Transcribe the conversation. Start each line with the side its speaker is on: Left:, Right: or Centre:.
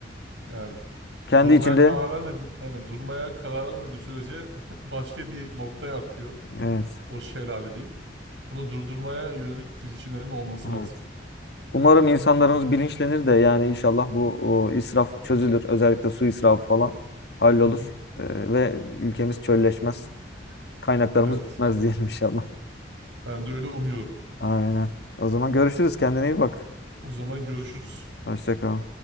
Right: yani
Left: kendi
Right: durmaya
Left: içinde
Right: karar vermedin. Aynen durmaya karar vermediğin sürece <laughs> başka bir noktaya akıyor.
Left: evet,
Right: O şelale diyeyim. Onu durdurmaya yönelik girişimlerin olması
Left: evet.
Right: lazım.
Left: Umarım insanlarımız bilinçlenir de yani inşallah bu o, israf çözülür. Özellikle su israfı falan hallolur.
Right: Hı hı.
Left: Ee, ve ülkemiz çölleşmez. Kaynaklarımız
Right: Evet.
Left: bitmez diyelim inşallah.
Right: Ben de öyle umuyorum.
Left: <laughs> Aynen. O zaman görüşürüz. Kendine iyi bak.
Right: O zaman görüşürüz.
Left: Hoşça kal.